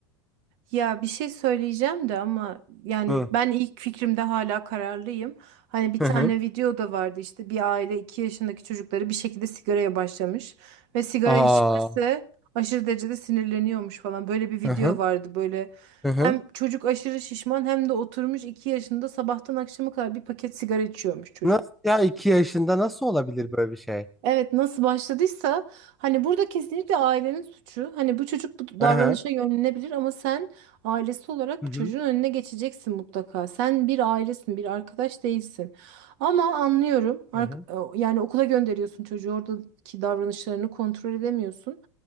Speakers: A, on the right; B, in the centre.
A: Ya bir şey söyleyeceğim de ama yani
B: Hı
A: ben ilk fikrimde hala kararlıyım. Hani bir
B: hı.
A: tane
B: hı.
A: video da vardı işte bir aile 2 yaşındaki çocukları bir şekilde sigaraya başlamış ve sigara
B: Aa.
A: içmesi aşırı derecede sinirleniyormuş falan. Böyle bir video
B: Hı hı.
A: vardı böyle
B: Hı
A: hem
B: hı.
A: çocuk aşırı şişman hem de oturmuş 2 yaşında sabahtan akşama kadar bir paket sigara içiyormuş çocuk.
B: Nasıl ya iki yaşında nasıl olabilir böyle bir şey?
A: Evet nasıl başladıysa hani burada kesinlikle ailenin suçu. Hani bu çocuk bu
B: Hı
A: davranışa
B: hı.
A: yönlenebilir ama sen ailesi olarak
B: Hı hı.
A: çocuğun önüne geçeceksin mutlaka. Sen bir ailesin, bir arkadaş değilsin. Ama anlıyorum. ark-
B: Hı hı.
A: e, Yani okula gönderiyorsun çocuğu oradaki davranışlarını kontrol edemiyorsun.